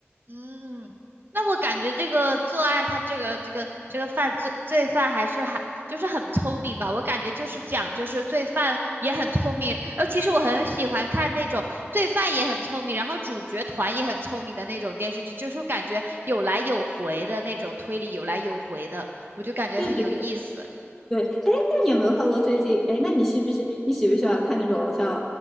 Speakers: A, on the right; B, in the centre.
A: 嗯，那我感觉这个作案，他这个这个这个犯罪罪犯还是还就是很聪明吧。我感觉就是讲，就是罪犯也很聪明。呃，其实我很喜欢看那种罪犯也很聪明，然后主角团也很聪明的那种电视剧，就是我感觉有来有回的那种推理，有来有回的，我就感觉很有意思。
B: 对对对，哎，那你有没有看过最近？哎，那你是不是你喜不喜欢看那种像